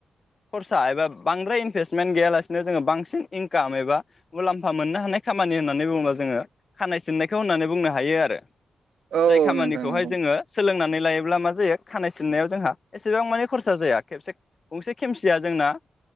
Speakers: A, on the left; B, on the right.
A: खरसा एबा बांद्राय इनभेस्टमेन्ट गैयालासिनो जोङो बांसिन इनकाम एबा मुलाम्फा मोननो हानाय खामानि होननानै बुङोबा जोङो खानाय सिननायखौ होननानै बुंनो हायो आरो
B: औ
A: जाय खामानिखौहाय
B: नोंथां नंगौ
A: जोङो सोलों नानै लायोब्ला मा जायो खानाय सिननायाव जोंहा एसेबां माने खरसा जाया खबसे गंसे खेमसिया जोंना